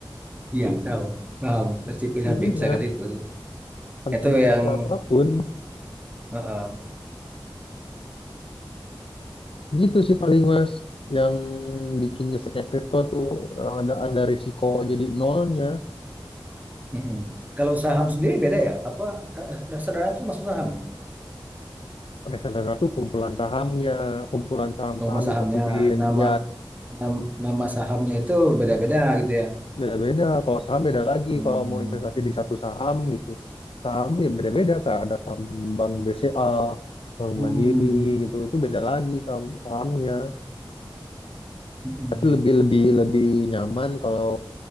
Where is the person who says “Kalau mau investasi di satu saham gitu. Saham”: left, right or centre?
Left